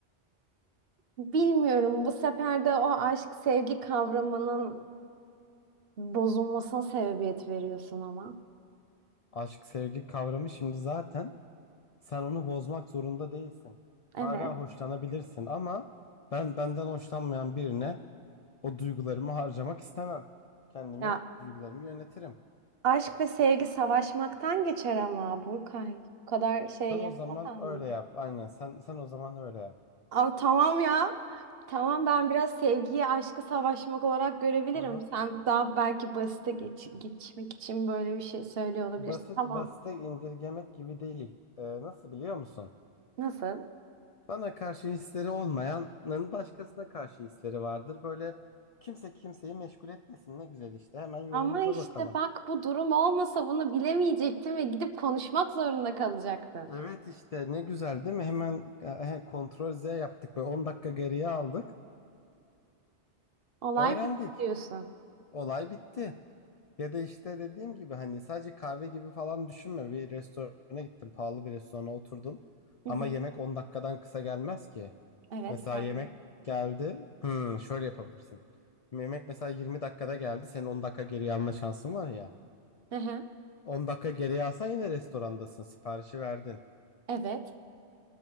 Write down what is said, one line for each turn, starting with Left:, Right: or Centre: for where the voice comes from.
Right: Bilmiyorum. Bu sefer de o aşk sevgi kavramının bozulmasına sebebiyet veriyorsun ama.
Left: Aşk sevgi kavramı şimdi zaten Sen onu bozmak zorunda değilsin.
Right: Evet.
Left: Hala hoşlanabilirsin ama ben benden hoşlanmayan birine o duygularımı harcamak istemem. Kendimi,
Right: Ya
Left: duygularımı yönetirim.
Right: aşk ve sevgi savaşmaktan geçer ama Burkay. Bu kadar şey
Left: Sen
Right: yapmasan
Left: o zaman
Right: mı?
Left: öyle yap. Aynen sen sen o zaman öyle yap.
Right: Ama tamam ya. Tamam ben biraz sevgiyi aşkı savaşmak olarak görebilirim.
Left: Aha.
Right: Sen daha belki basite geç, geçmek için böyle bir şey söylüyor olabilirsin.
Left: Basit
Right: Tamam.
Left: basite indirgemek gibi değil. Ee, nasıl biliyor musun?
Right: Nasıl?
Left: Bana karşı hisleri olmayanın başkasına karşı hisleri vardır. Böyle kimse kimseyi meşgul etmesin. Ne güzel işte. Hemen yolumuza
Right: Ama işte
Left: bakalım.
Right: bak bu durum olmasa bunu bilemeyecektin ve gidip konuşmak zorunda kalacaktın.
Left: Evet işte ne güzel değil mi? Hemen e, kontrol Z yaptık ve 10 dakika geriye aldık.
Right: Olay
Left: Öğrendik.
Right: bitti diyorsun.
Left: Olay bitti. Ya da işte dediğim gibi hani sadece kahve gibi falan düşünme. Bir restorana gittin, pahalı bir restorana oturdun.
Right: Hı
Left: Ama
Right: hı.
Left: yemek 10 dakikadan kısa gelmez ki.
Right: Evet
Left: Mesela
Right: gelme.
Left: yemek geldi. Hmm, şöyle yapabilirsin. Yemek mesela 20 dakikada geldi. Senin 10 dakika geriye alma şansın var ya.
Right: Hı hı.
Left: on dakika geriye alsan yine restorandasın. Siparişi verdin.
Right: Evet.